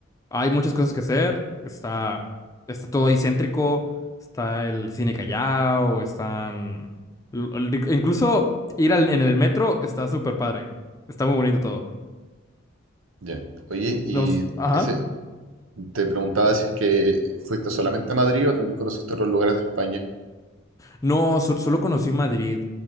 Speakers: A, on the left; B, on the right.
A: Hay muchas cosas que hacer, está, está todo ahí céntrico, está el cine Callao, están, l- l- incluso ir al, en el metro está súper padre, está muy bonito todo.
B: Ya. Oye, y
A: Los, ajá.
B: ese, te preguntaba si es que fuiste solamente a Madrid o también conociste otros lugares de España.
A: No, sol- solo conocí Madrid.